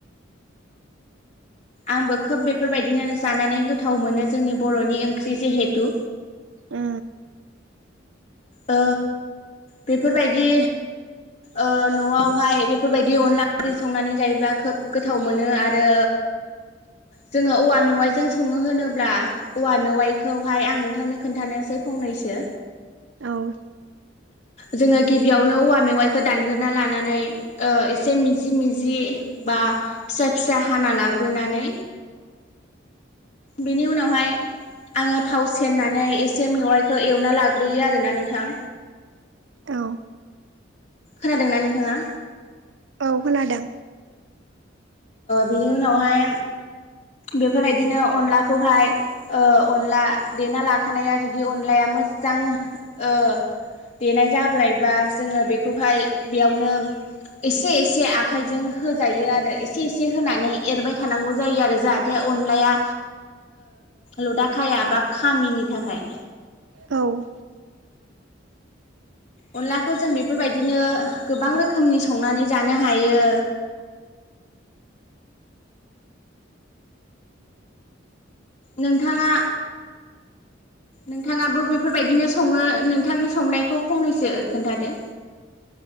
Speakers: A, on the left; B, on the right.
A: आंबो खोब बेफोरबायदिनो जानानै गोथाव मोनो जोंनि बर'नि ओंख्रि जेहेतु
B: उ
A: ओ बेफोरबायदि ओ न'आवहाय बेफोरबायदि अनला ओंख्रि संनानै जायोब्ला खोब गोथाव मोनो आरो जोङो औवा मेवाइजों सङो होनोब्ला औवा मेवाइखौहाय आं नोंथांनो खोन खोनन्थानोसै फंनैसो
B: औ
A: जोङो गिबियावनो औवा मेवाइखौ दानग्रोना लानानै ओ एसे मिजि मिजि बा फिसा फिसा हाना लाग्रोनानै बिनि उनावहाय आङो थाव सेरनानै एसे मेवाइखौ एवना लाग्रो गैया आरोना नोंथां
B: औ
A: खोनादोंना नोंथांङा?
B: औ खोनादों।
A: बिनि उनावहाय बेफोरबायदिनो अनलाखौहाय ओ अनला देना लाखानाया जुदि अनलाया मोजां ओ देनाय जाब्लायबा जोंङो बेखौहाय बेयावनो एसे एसे आखाइजों होजायो आरो एसे एसे होनानै एरबाय थानांगौ जायो आरो जाहाथे जाहाथे अनलाया लदाखाया बा खामिनि थाखाय।
B: औ
A: अनलाखौ जों बेफोरबायदिनो गोबां रोखोमनि संनानै जानो हायो। नोंथाङा नोंथाङाबो बेफोरबायदिनो संङो नोंथांनि संनायखौ फंनैसो खोन्थादो।